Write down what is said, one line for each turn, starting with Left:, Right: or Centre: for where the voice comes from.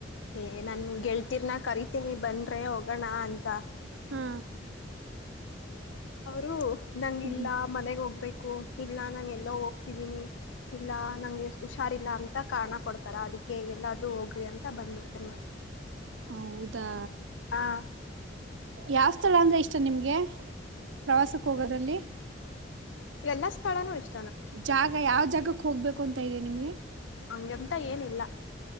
Left: ಏ ನನ್ ಗೆಳ್ತೀರ್ನ ಕರಿತೀನಿ ಬನ್ನಿ ಬನ್ರೀ ಹೋಗೋಣ ಅಂತ
Right: ಹಾ
Left: ಅವರು ನಂಗ
Right: ಹ್ಮ್
Left: ಇಲ್ಲಾ ಮನೆಗ್ ಹೋಗ್ಬೇಕು ಇಲ್ಲ ನಾನು ಎಲ್ಲೋ ಹೋಗ್ತಿದ್ದೀನಿ ಇಲ್ಲ ನಂಗೆ ಹುಷಾರಿಲ್ಲ ಅಂತ ಕಾರಣ ಕೊಡ್ತಾರ ಅದಕ್ಕೆ ಎಲ್ಲಾದ್ರೂ ಹೋಗ್ರಿ ಅಂತ ಬಂದಿರ್ತೇನೆ ಮತ್ತೆ
Right: ಹೌದಾ
Left: ಹಾ
Right: ಯಾವ್ ಸ್ಥಳ ಅಂದ್ರೆ ಇಷ್ಟ ನಿಮ್ಗೆ ಪ್ರವಾಸಕ್ ಹೋಗೋದ್ರಲ್ಲಿ
Left: ಎಲ್ಲಾ ಸ್ಥಳಾನೂ ಎಷ್ಟೇ
Right: ಜಾಗ ಯಾವ ಜಾಗಕ್ ಹೋಗ್ಬೇಕು ಅಂತ ಇದೆ ನಿಮ್ಗೆ
Left: ಹಂಗಂತ ಏನಿಲ್ಲ